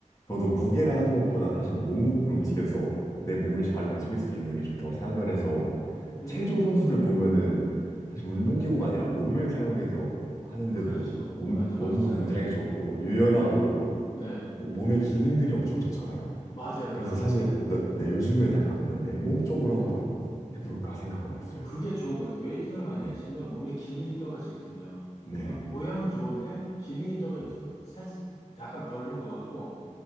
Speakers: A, on the left; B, on the left.
A: 저도 무게를 하는 것보다 사실 몸을 움직여서 내 몸을 잘 움직일 수 있는 게 좋다고 생각을 해서
B: 음,
A: 체조 선수들 보면은 사실 운동기구가 아니라 몸을 사용해서 하는데도
B: 그렇죠.
A: 몸,
B: 완전
A: 몸도
B: 멋지잖아요.
A: 굉장히 좋고 유연하고
B: 네, 네.
A: 모- 몸의 기능들이 엄청 좋잖아요.
B: 맞아요,
A: 그래서
B: 맞아요.
A: 사실 네, 네, 요즘은 약간 그래서 맨몸 쪽으로 한번 해볼까 생각하고 있어요.
B: 그게 좋은 것 같아요. 웨이팅을 많이
A: 네,
B: 하시면 몸의 기능이 떨어지거든요.
A: 네,
B: 아, 모양은 좋은데 기능이 떨어져서
A: 네,
B: 사실 약간 별론 것 같고